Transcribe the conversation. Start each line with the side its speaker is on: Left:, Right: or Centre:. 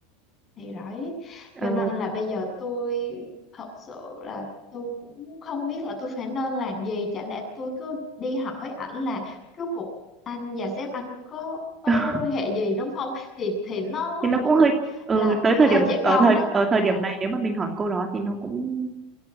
Left: thì đấy
Right: ờ,
Left: cho nên là bây giờ tôi thật sự là tôi cũng không biết là tôi phải nên làm gì chả lẽ tôi cứ đi hỏi ảnh là rốt cuộc anh và sếp anh có có
Right: <laughs>
Left: mối quan hệ gì đúng không thì thì nó nó
Right: thì nó
Left: cũng
Right: cũng hơi ừ,
Left: là
Right: tới
Left: hơi
Right: thời điểm
Left: trẻ
Right: ở
Left: con
Right: thời
Left: đó
Right: ở thời
Left: ồ
Right: điểm này nếu mà mình hỏi câu đó thì nó cũng